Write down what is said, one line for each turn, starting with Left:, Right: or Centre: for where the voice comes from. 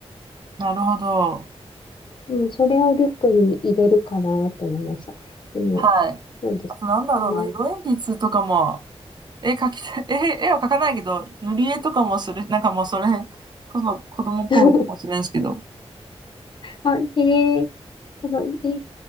Right: なるほど。
Left: うん、それをリュックに入れるかなって思いました。でも、
Right: はい。
Left: そうですね。
Right: あと、なんだろうな、
Left: そんな
Right: 色鉛筆とかも、絵描きたい、<laughs> 絵、絵は描かないけど、塗り絵とかもする、なんかもうそれこそ子供っぽいかもしれないですけど、
Left: <laughs> あ、へえ。あの、え、